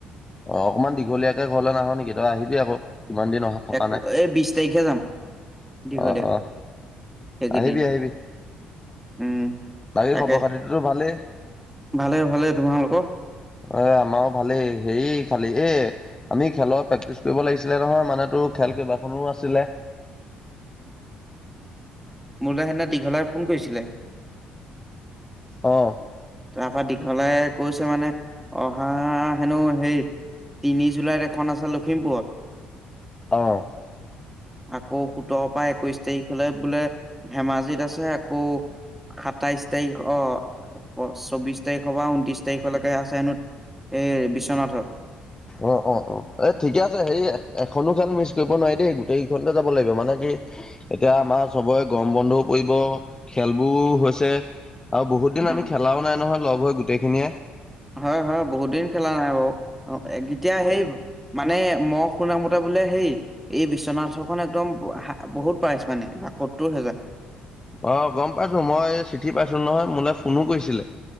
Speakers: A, on the left; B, in the centre.
A: অ, অকনমান দীঘলীয়াকে ঘৰলে নাহ নেকি? তই আহিবি আকৌ। কিমান দিন অহাত থকা
B: একো
A: নাই।
B: এই বিশ তাৰিখে যাম দীঘলীয়াকে
A: অ-অ
B: সেইকেইদিন
A: আহিবি - আহিবি।
B: উম
A: বাকী
B: তাকে
A: খবৰ খাতিটোতো ভালেই।
B: ভালে ভালে তোমালোকৰ
A: এই আমাৰো ভালেই। হেৰি খালি এই আমি খেলৰ প্ৰেক্টিচ কৰিব লাগিছিলে নহয় মানুহটো খেল কেইবাখনো আছিলে।
B: মোৰলৈ সেইদিনা দীঘলাই ফোন কৰিছিলে।
A: অঁ।
B: তাৰ পৰা দীঘলে কৈছে মানে অহা হেনো হেৰি। তিনি জুলাইত এখন আছে লখিমপুৰত।
A: অ'
B: আকৌ সোতৰ পৰা একৈশ তাৰিখলৈ বোলে ধেমাজিত আছে আকৌ,। সাতাইশ তাৰিখ অ, অ, চৌবিশ তাৰিখৰ বা ঊনত্ৰিশ তাৰিখলৈকে আছে হেনো এই বিশ্বনাথত
A: অ- অ -অ এই ঠিকে আছে হে এখনো খেল মিচ কৰিব নোৱাৰি দেই, গোটেই কেইখনতে যাব লাগিব মানে কি? এতিয়া আমাৰ চবৰে গম বন্ধও পৰিব খেলবোৰ হৈছে। আৰু বহুত দিন আমি
B: অ
A: খেলাও নাই নহয় লগ হৈ গোটেইখিনিয়ে।
B: হয় -হয় বহুত দিন খেলা নাই বাৰু। অ, এতিয়া সেই মানে মই শুনামতে বোলে সেই এই বিশ্বনাথ খন একদম বহুত পাইছ মানে বাসত্তৰ হেজাৰ।
A: অ, গম পাইছো মই চিঠি পাইছো নহয় মোলৈ ফোনো কৰিছিলে।